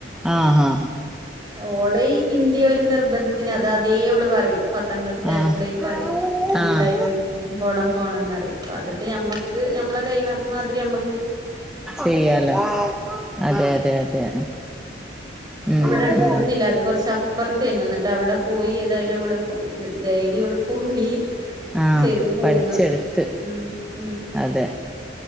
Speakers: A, in the centre; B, on the right (about 20°).
A: ആ ഹാ
B: ഓളേം ഇന്റേം ഒരു നിർബന്ധത്തിന് അത് ആദ്യെ ഓള് പറയും പത്താം ക്ലാസ്സിലായപ്പളെ
A: ആഹ്
B: പറയും ഇൻക്ക്
A: ആഹ്
B: ടൈലറിങ്ങിന് പോണം പോണംന്നറിയും അപ്പതിപ്പോ ഞമ്മക്ക് ഞമ്മള് കയ്യ്ണ മാതിരി ഞമ്മ
A: ചെയ്യാലോ അതെ അതെ അതെ
B: ഇപ്പവടെ
A: ഉം
B: അട്ത്തൊന്നുല്ല
A: ഉം
B: അത് കൊർച്ച് അപ്പർത്തേനു ന്ന്ട്ട് അവടെ പോയി ഏതായാലും ഓള് ത് ഡെയ്ലി ഓള് പോയി
A: ആഹ്
B: ചെയ്തു പോവുന്നു
A: പഠിച്ചെടുത്ത്
B: ഉം ഉം
A: അതെ